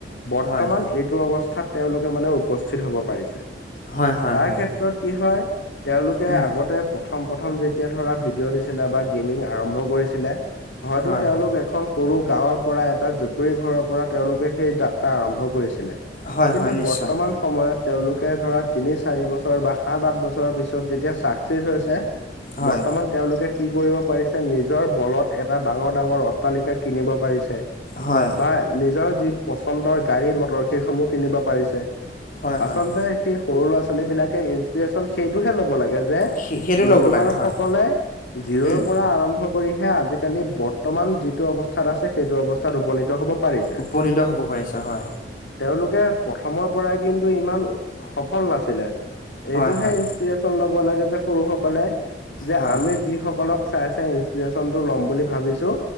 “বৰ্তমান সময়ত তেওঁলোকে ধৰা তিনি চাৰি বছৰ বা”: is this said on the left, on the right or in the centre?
Left